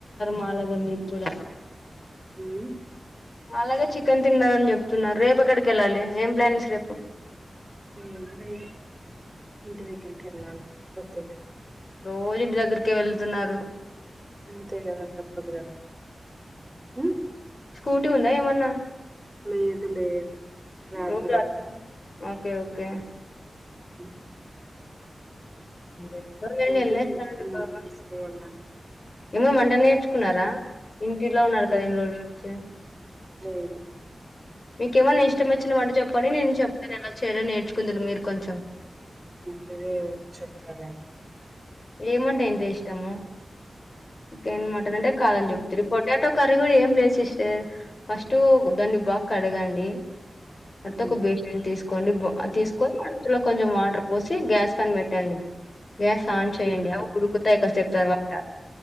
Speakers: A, on the left (about 50°); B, on the right (about 15°).
A: మాలాగ మీరు కూడ
B: హుమ్
A: అలాగే చికెన్ తిన్నారని చెప్తున్నారు రేపు అక్కడికి వెళ్ళాలి ఏం ప్లాన్స్ రేపు
B: ఏమి లేదు ఇంటి దగ్గరికి ఎల్లాలి గుర్తుంటది
A: రోజు ఇంటి దగ్గరకే వెళతున్నారు
B: అంతే కదా తప్పదు కదా మ్మ్
A: స్కూటీ ఉందా ఏమన్నా
B: లేదు లేదు ర్యాపిడో
A: <unintelligible> ఓకే ఓకే
B: <inaudible>
A: <unintelligible>
B: ఒకటి
A: వెళ్ళొస్తాండు
B: చూస్తున్నాం
A: బావా
B: తీసుకోవాలని
A: ఏమో వంట నేర్చుకున్నారా ఇంటిలో ఉన్నారు కదా
B: ఉహు
A: ఇన్ని రోజుల నుంచి
B: లేదు
A: మీకేమన్నా ఇష్టం వచ్చిన వాంటకి చెప్పండి నేను చెబ్తను ఎలా చేయలో నేర్ మచ్చుకుందురు మీరు కొంచెం
B: ఇంకాదేది చెప్పాలే
A: ఏమంటే ఏంటే ఇష్టము చికెన్ మటన్ అంటే కాదని
B: చెప్
A: చెప్తిరి పొటాటో కర్రీ కూడా ఏం లేదు సిస్టర్ ఫస్ట్ టు దాన్ని బాగా కడగండి అతే
B: ఉమ్,
A: ఒక బేషన్ తీసుకోండి బ్ తీసుకొని అందులో కొ కొంచెం వాటర్ పోసి గ్యాస్ పైన పెట్టండి గ్యాస్ స్ట్ ఆన్ చేయండి
B: ఉమ్,
A: అవ్ ఉడుకుతాయి కాసేపు తర్వాత